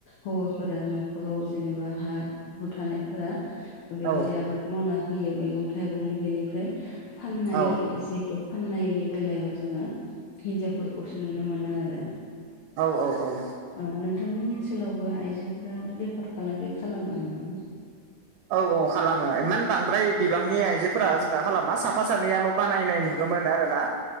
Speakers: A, on the left; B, on the right.
A: हौवाफोरा न'खराव जेनेबा हा हु थानायफोरा बेबायदि
B: औ
A: आबाद मावना होयो मैगं थाइगंनि बेनिफ्राय फाननाय
B: औ
A: जिहेथु फाननायनि बेलायाव जोङो हिनजावफोरखौसो नुनो मोनो आरो
B: औ औ औ
A: औ नोंथांमोननि ओनसोलावबो आइजोफोरा बेफार फालांगि खालामो नामा
B: औ औ खालामो इमान बांद्राय बिबांनि आइजोफ्रा जोंहा खालामा साफा सानैयाल' बानायनाय मोन आरोना